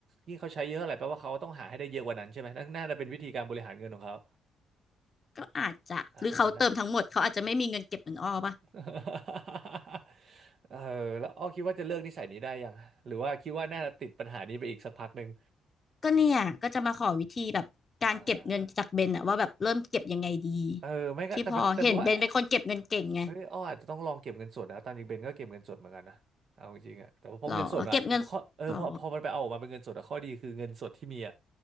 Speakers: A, on the right; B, on the left.
A: ยิ่งเขาใช้เยอะเท่าไหร่แปลว่าเขาต้องหาให้ได้เยอะกว่านั้นใช่ไหมนั่นน่าจะเป็นวิธีการบริหารเงินของเขา
B: ก็อาจจะหรือเขาเติมทั้งหมดเขาอาจจะไม่มีเงินเก็บเหมือนอ้อปะ
A: อาจจะเป็นได้ <laughs> เออแล้วอ้อคิดว่าจะเลิกนิสัยนี้ได้ยังหรือว่าคิดว่าน่าจะติดปัญหานี้ไปอีกสักพักหนึ่ง
B: ก็เนี่ยก็จะมาขอวิธีแบบการเก็บเงินจากเบนอ่ะว่าแบบเริ่มเก็บยังไงดี
A: อ่าเออไม่ก็แต่เป็นแต่เป็นว่า
B: ที่พอเห็นเบนเป็นคนเก็บเงินเก่งไง
A: เอ้ยอ้ออาจจะต้องลองเก็บเงินสดนะตามจริงเบนก็เก็บเงินสดเหมือนกันนะเอาจริงๆอะแต่ว่าพอเงินสดอะข้อเออพอพอมันไปเอาออกมาเป็นเงินสดอะข้อดีคือเงินสดที่มีอะ
B: หรอเก็บเงินหรอ